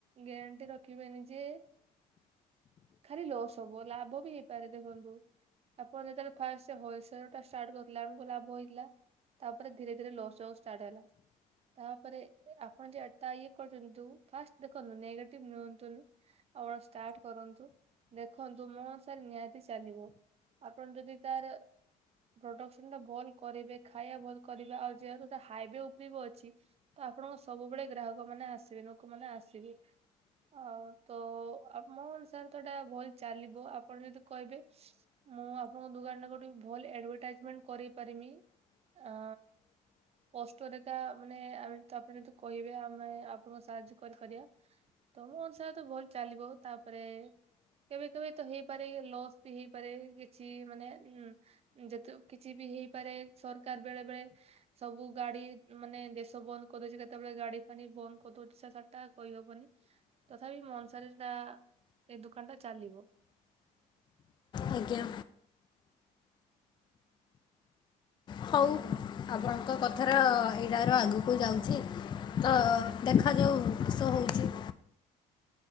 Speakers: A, on the right; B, on the left.
A: ଗ୍ୟାରେଣ୍ଟି ରଖିବେନି ଯେ ଖାଲି ଲସ୍ ସବୁ ହବ ଲାଭ ବି ହେଇପାରେ ଦେଖନ୍ତୁ। ଆପଣ ଯେତେବେଳେ ଫାଷ୍ଟ ହୋଲସଲଟା ଷ୍ଟାର୍ଟ କରିଥିଲେ ଆମକୁ ଲାଭ ହେଇଥିଲା। ତାପରେ ଧୀରେ ଧୀରେ ଲସ ହବା ଷ୍ଟାର୍ଟ ହେଲା ତାପରେ ଆପଣ ଯଟା ଇଏ କରୁନ୍ତୁ ଫାଷ୍ଟ ଦେଖନ୍ତୁ ନେଗେଟିଭ ନିଅନ୍ତୁନି। ଆପଣ ଷ୍ଟାର୍ଟ କରନ୍ତୁ ଦେଖନ୍ତୁ ମୋ ସାର୍ ନିହାତି ଚାଲିବ। ଆପଣ ଯଦି ତାର ପ୍ରଡକ୍ସନ ଟା ଭଲ କରିବେ ଖାଇବା ଭଲ କରିବେ ଆଉ ଯେହେତୁ ହାଇୱେ ଉପରେ ବି ଅଛି। ତ ଆପଣଙ୍କ ସବୁବେଳେ ଗ୍ରାହକ ମାନେ ଆସିବେ ଲୋକମାନେ ଆସିବେ। ଆଉ ତ <unintelligible> ଟା ଭଲ ଚାଲିବ ଆପଣ ଯଦି କହିବେ। ମୁଁ ଆପଣଙ୍କ ଦୋକାନରେ ଗୋଟେ ଭଲ ଆଡଭଟାଇଜମେଣ୍ଟ କରେଇ ପାରିମି। ଆ କଷ୍ଟରେଖା ମାନେ ଆମେ ତ ଆପଣ ଯତୁ କହିବେ ଆମେ ଆପଣଙ୍କ ସାହାଯ୍ୟ କରିପାରିବା। ତମ ଅନୁସାରେ ତ ଭଲ ଚାଲିବ ତାପରେ କେବେ କେବେ ତ ହେଇପାରେ ଲସ୍ ବି ହେଇପାରେ କିଛି ମାନେ ଉଁ ଯେତୁ କିଛି ବି ହେଇପାରେ ସରକାର ବେଳେ ବେଳେ ସବୁ ଗାଡି ମାନେ ଦେଶ ବନ୍ଦ କରିଦେଉଛି କେତେବେଳେ ଗାଡି ଫାଡି ବନ୍ଦ କରିଦଉଛି ସେ କଟା କହିହବନି। ତଥାପି ମନସାରଟା ଏଇ ଦୋକାନ ଟା ଚାଲିବ।
B: ଆଜ୍ଞା। ହଉ ଆପଣଙ୍କ କଥାର ଏଇଟାର ଆଗକୁ ଯାଉଛି। ତ ଦେଖାଯାଉ କିଷ ହଉଛି।